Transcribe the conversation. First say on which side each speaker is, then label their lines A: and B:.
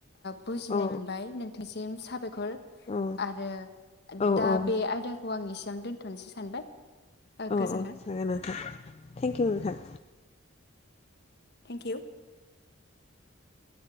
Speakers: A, on the left (about 55°); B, on the left (about 30°).
A: बुजिनाय
B: औ
A: मोनबाय नोंथांसिम साब <inaudible> आरो
B: औ औ
A: दा बे आयदाखौ आं एसेयावनो दोन थनसै सानबाय
B: अ
A: गोजोन्थों
B: औ, जागोन नोंथां, थेंक इउ नोंथां
A: थेंक इउ <inaudible>